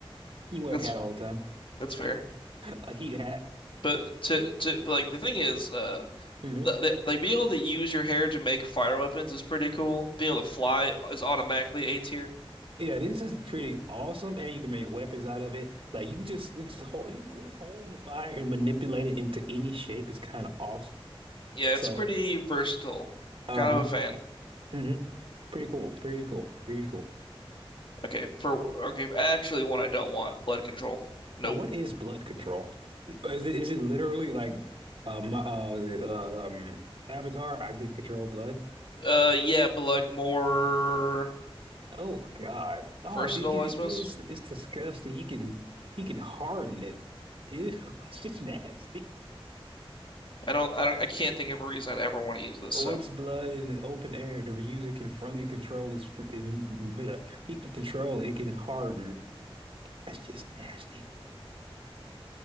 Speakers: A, on the right; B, on the left.
A: You wear
B: That's
A: a hat all the time,
B: that's fair.
A: a heat hat.
B: But to to but like the thing is, uh
A: hmm
B: like being able to use your hair to make fire weapons is pretty cool. Being able to fly is automatically A tier.
A: Yeah, this is pretty awesome, and you can make weapons out of it. Like you just, it just hold, you just holding the fire and manipulate it into any shape is kind of awesome.
B: Yeah,
A: So.
B: it's pretty versatile.
A: Uh-huh.
B: Kind of a fan.
A: hmm Pretty cool. Pretty cool. Pretty cool.
B: Okay, for okay, actually one I don't want, blood control. Nope.
A: Now, what is blood control? Is it is it literally like uh my uh is it, uh, um Avatar? I can control blood.
B: Uh yeah, but like more
A: Oh God. Oh,
B: versatile,
A: Deacon
B: I
A: is
B: suppose.
A: it's disgusting. He can he can harden it. Ew, <laughs> it's just nasty.
B: I don't I don't I can't think of a reason I'd ever want to use this,
A: Once
B: so.
A: blood in the open air, the user can freely control his. fr- He can control it. It can harden. That's just nasty.